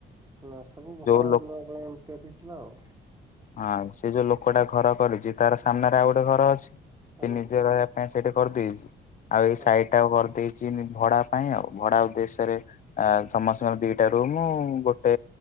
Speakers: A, on the right; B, on the left.
A: ନା ସବୁ
B: ଯୋଉ
A: ଘଡା
B: ଲୋକ
A: <unintelligible> ତିଆରି ହେଇଥିଲା ଆଉ।
B: ହଁ ସେ ଯୋଉ ଲୋକଟା ଘର କରିଛି ତାର ସାମ୍ନାରେ ଆଉ ଗୋଟେ ଘର ଅଛି ସେ
A: ଆଜ୍ଞା
B: ନିଜେ ରହବା ପାଇଁ ସେଇଟି କରିଦେଇଚି ଆଉ
A: ଆଜ୍ଞା
B: ଏଇ ସେଇଟା କରିଦେଇଛି। ଜିନି ଭଡା ପାଇଁ ଆଉ ଭଡା ଉଦ୍ଦେଶ୍ୟରେ ଆ ସମସ୍ତଙ୍କର ଦିଟା ରୁମ ଗୋ ଟେ